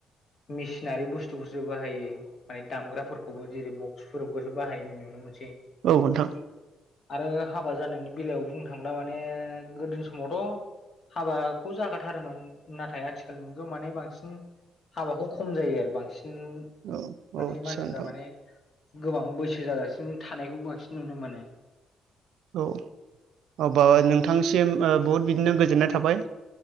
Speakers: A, on the left; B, on the right.
A: मिसिनारि बुस्थुफोरसो बाहायो माने दामग्राफोरखौ खौबो जेरै बक्सफोरखौसो बाहायनाय नुनो मोनो-
B: औ नोंथां।
A: आरो हाबा जानायनि बेलायाव बुंनो थांब्ला माने गोदोनि समावथ'- हाबाखौ जाखाथारोमोन नाथाय आथिखाल नंगौ माने बांसिन हाबाखौ खम जायो आरो बांसिन
B: औ
A: माने
B: औ आदसा
A: मानसि
B: नोंथां
A: माने गोबां बैसो जाजासिम थानायखौबो बांसिन नुनो मोनो
B: औ अबा नोंथांसिम ओ बहुद बिदिनो गोजोननाय थाबाय